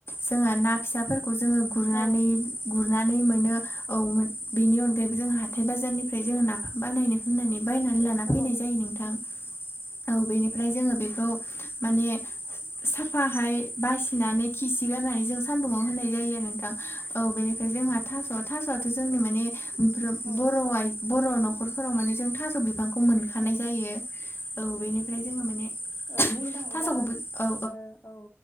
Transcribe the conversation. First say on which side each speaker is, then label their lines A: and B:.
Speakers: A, on the left; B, on the left.
A: जोङा ना फिसाफोरखौ जोङो गुरनानै
B: औ
A: गु नानै मोनो औ बेनि अनगायैबो जों हाथाय बाजारनिफ्राय जोङो नाफाम बानायनो होननानै बायनानै लाना फैनाय
B: औ
A: जायो नोंथां औ बेनिफ्राय जोङो बेखौ माने साफाहाय बासिनानै खि सि गारनानै जों सानदुंआव होनाय जायो आरो नोंथां औ बेनिफ्राय जोंहा थास' थास'आथ' जोंनि माने ओमफ्रोम
B: औ
A: बर' आ बर' न'खरफोराव माने जों थास' बि बिफांखौ मोनखानाय
B: औ
A: जायो औ बेनिफ्राय जोङो माने
B: ओ बुंनो थाङोब्ला
A: थास'खौबो औ
B: ओ औ